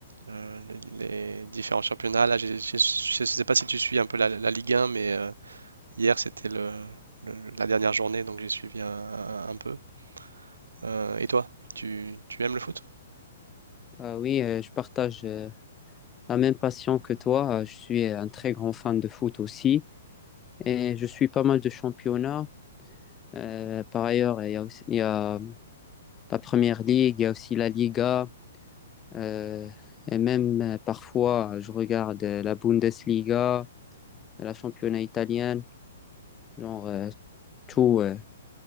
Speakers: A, on the right (about 80°); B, on the left (about 20°).
A: euh, les les différents championnats. Là, j'ai- j'ai- je ne sais pas si tu suis un peu la, la Ligue 1, mais euh, hier c'était le- le- la dernière journée, donc j'ai suivi un, un- un peu. Euh, et toi, tu, tu aimes le foot?
B: Ah oui, euh, je partage euh, la même passion que toi. Euh, Je suis un très grand fan de foot aussi et je suis pas mal de championnats. Euh, par ailleurs, il y a aussi- il y a la Première Ligue, il y a aussi la Liga euh, et même euh, parfois je regarde euh, la Bundesliga, la championnat italienne, genre euh, tout, euh,